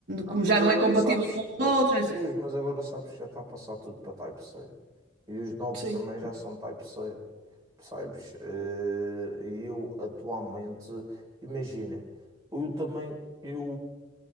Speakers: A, on the right; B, on the right.
A: como
B: mas
A: já
B: agora
A: não é compatível
B: sabes,
A: com os
B: eh,
A: outros, não é assim.
B: pois, mas agora sabes que já está a passar tudo para Type-C. E os novos
A: Sim.
B: também já são Type-C, percebes? Eh, E eu atualmente, imagina, eu também, eu,